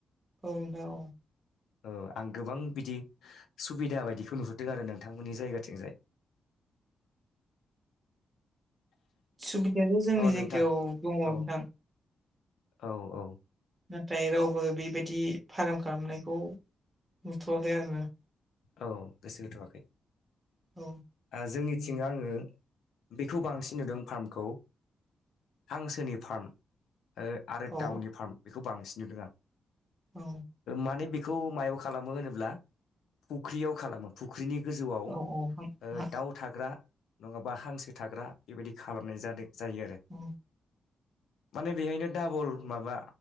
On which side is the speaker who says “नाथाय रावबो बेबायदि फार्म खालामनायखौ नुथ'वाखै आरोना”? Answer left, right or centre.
Right